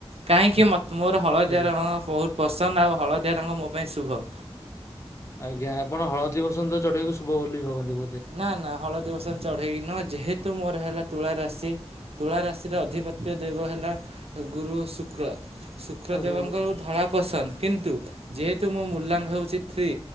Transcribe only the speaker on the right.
କାହିଁକି ମୋତେ, ମୋର ହଳଦିଆ
ରଙ୍ଗ ବହୁତ ପସନ୍ଦ, ଆଉ ହଳଦିଆ ରଙ୍ଗ ମୋ ପାଇଁ ଶୁଭ
ନା ନା ହଳଦୀ ହଳଦୀ ବସନ୍ତ ଚଢ଼େଇ ନୁହେଁ, ଯେହେତୁ ମୋର ହେଲା ତୁଳାରାଶି ତୁଳାରାଶିର ଅଧିପତ୍ୟ ଦେବ ହେଲା ଗୁରୁ, ଶୁକ୍ର। ଶୁକ୍ର
ଦେବଙ୍କର ଧଳା ପସନ୍ଦ, କିନ୍ତୁ ଯେହେତ ତୁ, ମୋ ମୂଲ୍ୟାଙ୍କ ହେଉଛି ଥ୍ରୀ,